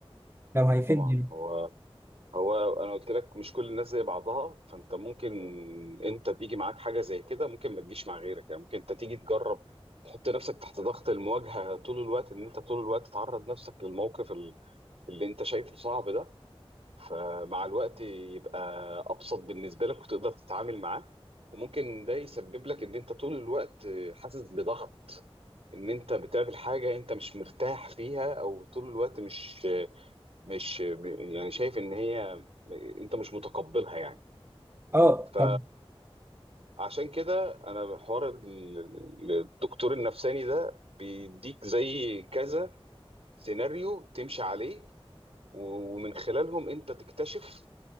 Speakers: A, on the right; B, on the right.
A: لو هيفيدني
B: طبعا هو هو انا قلت لك مش كل الناس زي بعضها فانت ممكن انت تيجي معاك حاجه زي كده ممكن ما تجيش مع غيرك يعني ممكن انت تيجي تجرب تحط نفسك تحت ضغط المواجهه طول الوقت ان انت طول الوقت تعرض نفسك للموقف ال- اللي انت شايفه صعب ده فمع الوقت يبقى ابسط بالنسبه لك وتقدر تتعامل معاه وممكن ده يسبب لك ان انت طول الوقت حاسس بضغط ان انت بتقابل حاجه انت مش مرتاح فيها او طول الوقت مش مش يعني شايف ان هي انت مش متقبلها يعني
A: اه
B: ف
A: طب
B: عشان كده انا حوار ال- الدكتور النفساني ده بيديك زي كذا سيناريو تمشي عليه ومن خلالهم انت تكتشف